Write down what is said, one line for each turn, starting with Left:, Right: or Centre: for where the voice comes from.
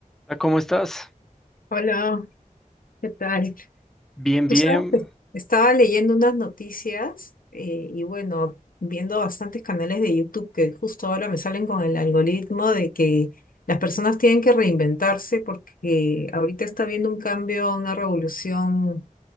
Centre: Hola, ¿Cómo estás?
Left: Hola, ¿qué tal?
Centre: Bien,
Left: Tú
Centre: bien.
Left: sabes que estaba leyendo unas noticias eh, y bueno, viendo bastantes canales de YouTube que justo ahora me salen con el algoritmo de que las personas tienen que reinventarse porque ahorita está habiendo un cambio, una revolución